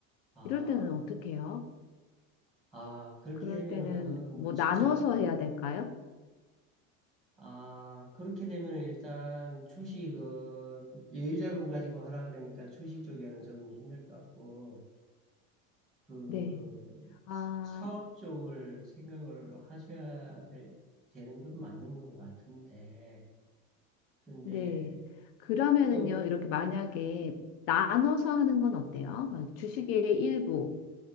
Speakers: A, in the centre; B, on the left.
A: 아,
B: 이럴 때는 어떻게 해요?
A: 아, 그렇게
B: 그럴
A: 되면은,
B: 때는 뭐
A: 진짜,
B: 나눠서 해야 될까요?
A: 아, 그렇게 되면은 일단 주식은 여유자금 가지고 하라 그러니까 주식 쪽에는 좀 힘들 것 같고, 그,
B: 네.
A: 사-
B: 아,
A: 사업 쪽을 생각을 하셔야 될, 되는 건 맞는 것 같은데, 근데,
B: 네. 그러면은요,
A: 음,
B: 이렇게 만약에 나눠서 하는 건 어때요? 막 주식의 일부,